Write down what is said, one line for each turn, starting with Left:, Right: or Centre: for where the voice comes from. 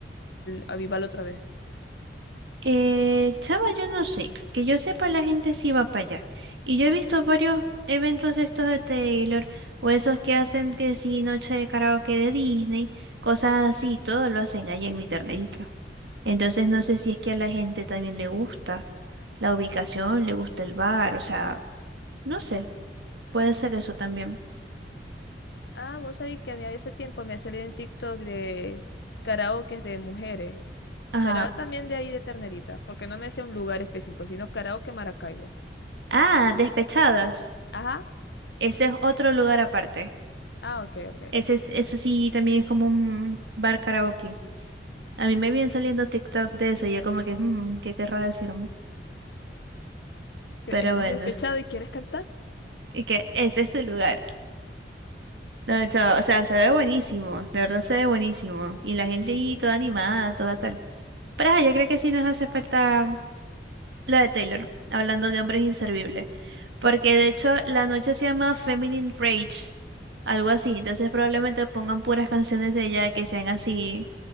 Left: avivarlo otra vez?
Right: Eh, chama, yo no sé, que yo sepa la gente sí va para allá. Y yo he visto varios eventos de estos de Taylor, o esos que hacen que sí, noche de karaoke de Disney, cosas así, todo lo hacen allá en mi ternerita. Entonces no sé si es que a la gente también le gusta la ubicación, le gusta el bar, o sea, no sé, puede
Left: Mm.
Right: ser eso también.
Left: Ah, vos sabéis que a mí hace tiempo me ha salido un TikTok de karaokes de mujeres.
Right: Ajá.
Left: ¿Será también de ahí de Ternerita? Porque no me decía un lugar específico, sino karaoke Maracaibo.
Right: Ah, Despechadas.
Left: Ajá.
Right: Ese es otro lugar aparte.
Left: Ah, ok, ok.
Right: Ese, es- ese sí también es como un bar karaoke. A mí me viene saliendo TikTok de eso, y yo como que, "Mm, ¿qué querrá decirme?
Left: ¿Que
Right: Pero
Left: ¿Estás
Right: bueno,
Left: despechado y quieres cantar?
Right: y que este es tu lugar. No, chao, o sea, se ve buenísimo, de verdad se ve buenísimo. Y la gente
Left: Sí.
Right: ahí toda animada, toda tal. Pero ajá, yo creo que sí nos hace falta lo de Taylor, hablando de hombres inservibles. Porque de hecho la noche se llama Feminine Rage, algo así. Entonces probablemente pongan puras canciones de ella que sean así,